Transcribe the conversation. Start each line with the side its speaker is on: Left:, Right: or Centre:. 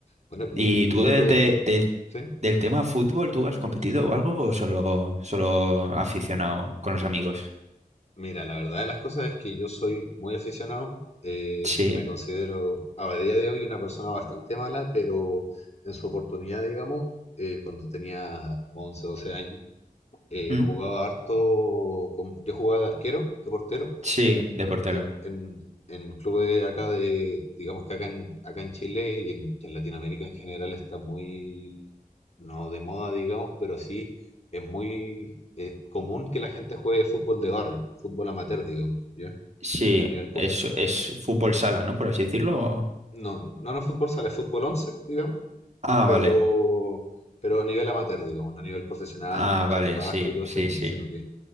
Left: Bueno, y,
Right: ¿Y tú
Left: y
Right: del,
Left: otro deporte,
Right: te- del,
Left: ¿sí?
Right: del tema fútbol, tú has competido o algo o solo, solo aficionado con los amigos?
Left: Mira, la verdad de las cosas es que yo soy muy aficionado. eh,
Right: Sí,
Left: me considero a día de hoy una persona bastante mala, pero en su oportunidad, digamos, eh, cuando tenía 11, 12 años, eh,
Right: ¿Mm?
Left: jugaba harto, como- yo jugaba de arquero, de portero,
Right: Sí, de portero.
Left: en, en, en clubes acá de, digamos que acá en, acá en Chile y en, y en Latinoamérica en general está muy, no de moda, digamos, pero sí es muy eh, común que la gente juegue fútbol de barrio, fútbol amateur, digamos, ¿ya?
Right: Sí,
Left: A nivel, po-
Right: es, es fútbol sala, ¿no? Por así decirlo. o-
Left: no, no, no fútbol sale, fútbol 11 digamos,
Right: Ah,
Left: pero,
Right: vale.
Left: pero a nivel amateur, digamos, no a nivel profesional,
Right: Ah,
Left: en canchas
Right: vale,
Left: de pasto
Right: sí,
Left: y todo este
Right: sí,
Left: tema,
Right: sí.
Left: sino que